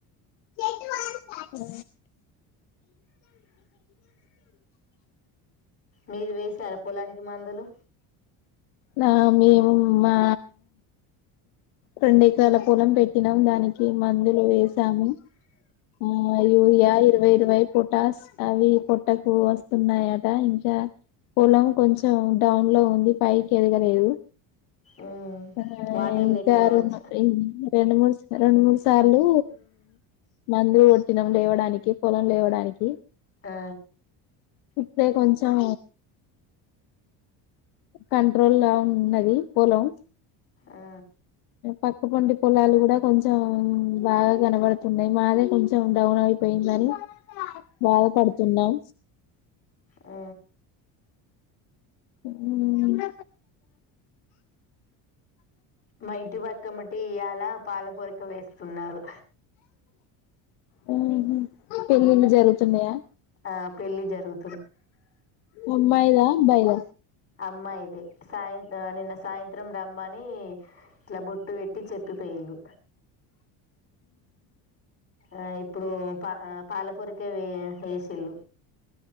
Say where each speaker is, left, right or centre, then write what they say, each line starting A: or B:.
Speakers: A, on the left; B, on the left.
A: కే ఆ
B: మీరు వేసారా పొలానికి మందులు
A: నా మేము మా రెండు ఎకరాల పొలం పెట్టినాము దానికి మందులు వేసాము ఆ యూరియా ఇరవై ఇరవై పొటాష్ అవి పొట్టకు వస్తున్నాయా ట ఇంకా పొలం కొంచెం డౌన్ లో ఉంది ఫైవ్ ఎదగలేదు
B: మ్మ్
A: ఆ
B: వాటర్
A: ఇంకా
B: లేక కావచ్చు
A: రె రెండు మూడు రెండు మూడు సార్లు మందు కొట్టినాము లేవడానికి పొలం లేవడానికి
B: ఆ
A: ఇప్పుడే కొంచం కంట్రోల్ లా ఉన్నది పొలం
B: ఆ
A: పక్క పండి పోలాలు కూడా కొంచెం బాగా కనబడుతున్నాయి మాదే కొంచెం డౌన్ అయిపోయిందని బాధపడుతున్నాం
B: ఆ
A: హ్మ్మ్
B: మ ఇటి పక్క మటి అలా పాల పూరిక వేస్తున్నారు
A: ఆ పెళ్ళిళ్ళు జరుగుతున్నాయా
B: ఆ పెళ్లి జరుగు
A: అమ్మాయిద అబ్బాయిద
B: అమ్మాయిది ఇది సాయంత నిన్న సాయంత్రం రమ్మని ఇట్లా బుట్ బొట్టు పెట్టి చెప్పిపోయిళు ఆ ఇప్పుడు పా పాలపొరికే వే వేసిల్ళ